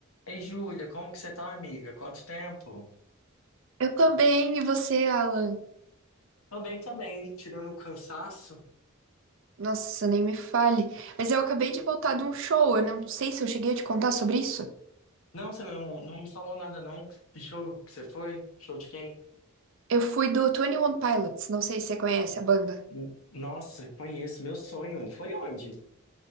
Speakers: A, on the left; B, on the right.
A: Ei, Júlia, como que você tá, amiga? Quanto tempo?
B: Eu tô bem, e você, Alan?
A: Tô bem também, tirando o cansaço.
B: Nossa, nem me fale. Mas eu acabei de voltar de um show, eu não sei se eu cheguei a te contar sobre isso.
A: Não, você não, não me falou nada, não. Que show que você foi? Show de quem?
B: Eu fui do Twenty One Pilots, não sei se você conhece a banda.
A: N- Nossa, conheço, meu sonho. Foi onde?